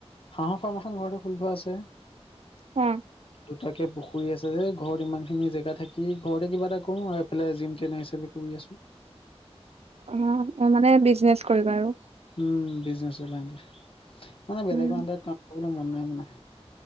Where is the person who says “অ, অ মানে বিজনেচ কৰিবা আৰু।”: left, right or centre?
Right